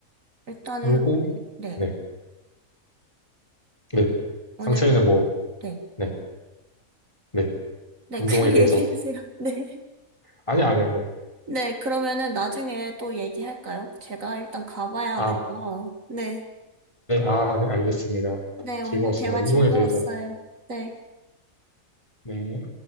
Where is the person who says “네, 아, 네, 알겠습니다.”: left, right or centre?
Left